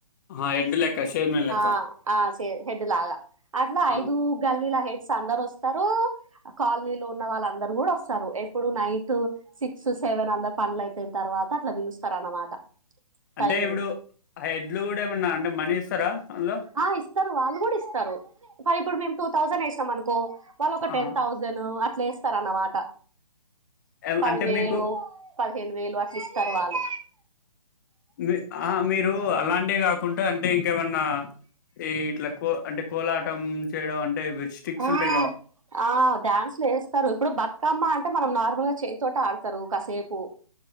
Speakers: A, on the left; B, on the right.
A: ఆ హెడ్ లెక్క, చైర్మన్ లెక్క
B: ఆ ఆ చై హెడ్ లాగా అట్లా
A: ఆ
B: ఐదుగల్లీల హెడ్స్ అందరు వస్తారు కాలనీలో ఉన్న వాళ్ళందరు కూడా వస్తారు, ఎప్పుడు నైట్ సిక్స్ సెవెన్ అందరు పనులు అయిపోయి తర్వాత అట్లా పిలుస్తారు అన్నమాట
A: అంటే
B: టైమింగ్
A: ఇప్పుడు ఆ హెడ్లు కూడా ఏమన్నా అంటే మనీ ఇస్తారా అందులో
B: ఆ ఇస్తారు వాళ్ళు కూడా ఇస్తారు. ఇప్పుడు మేము టూ థౌసండ్ వేసినాం అనుకో వాళ్ళు ఒక
A: ఆ
B: టెన్ థౌసండ్ ను అట్లా వేస్తారు అన్నమాట
A: ఎం
B: పదివేలు
A: అంటే మీకు
B: పదిహేను వేలు అట్ల ఇస్తారు వాళ్ళు
A: మి ఆ మీరు అలాంటివి గాకుండా అంటే ఇంకేమన్నా ఈ ఇట్లా కో అంటే కోలాటం చేయడం అంటే వే స్టిక్స్
B: ఆ
A: ఉంటాయి గ
B: ఆ డ్యాన్సులు వేస్తారు ఇప్పుడు బతుకమ్మ అంటే మనం నార్మల్ గా చేయి తోటి ఆడు స్తారు కాసేపు